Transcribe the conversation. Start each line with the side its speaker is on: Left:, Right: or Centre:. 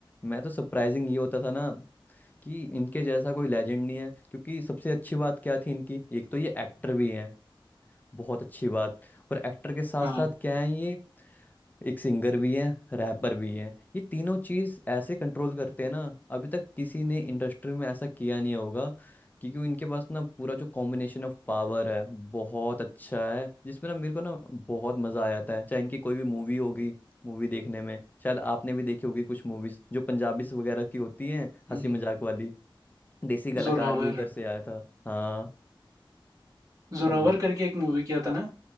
Left: मैं तो सरप्राइजिंग ये होता था ना कि इनके जैसा कोई लेजेंड नहीं है क्योंकि सबसे अच्छी बात क्या थी इनकी एक तो ये एक्टर भी हैं बहुत अच्छी बात और एक्टर के साथ
Right: हाँ
Left: साथ क्या है ये एक सिंगर भी है रैपर भी है ये तीनों चीज ऐसे कंट्रोल करते हैं ना अभी तक किसी ने इंडस्ट्री में ऐसा किया नहीं होगा क्योंकि इनके पास ना पूरा जो कॉम्बिनेशन ऑफ पावर है बहुत अच्छा है जिसमें ना मेरे को ना बहुत मजा आ जाता है चाहे इनकी कोई भी मूवी होगी मूवी देखने में शायद आपने भी देखी होगी कुछ मूवीज जो पंजाबी वगैरह की होती हैं
Right: हम्म,
Left: हंसी मजाक वाली देसी कलाकार
Right: जोरावर
Left: भी उधर से आया था हाँ तो
Right: जोरावर
Left: वो-
Right: करके एक मूवी किया था ना